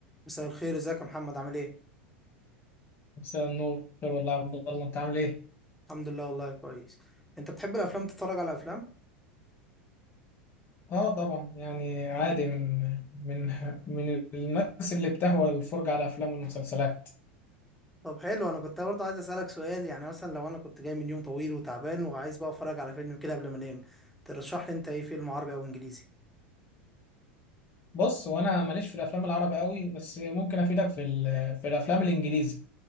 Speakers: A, in the centre; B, on the left.
A: مساء الخير ازيك يا محمد عامل ايه
B: مساء النور خير والله يا عبد الله انت عامل ايه
A: الحمد لله والله كويس انت بتحب الافلام تتفرج على افلام
B: اه طبعا يعني عادي من من من الناس اللي بتهوى الفرجة على الافلام والمسلسلات
A: طب حلو انا كنت برضه عايز اسالك سؤال يعني مثلا لو انا كنت جاي من يوم طويل وتعبان وعايز بقى اتفرج على فيلم كده قبل ما انام ترشح لي انت ايه فيلم عربي او انجليزي
B: بص وانا ماليش في الافلام العربي قوي بس ممكن افيدك في ال- في الافلام الانجليزي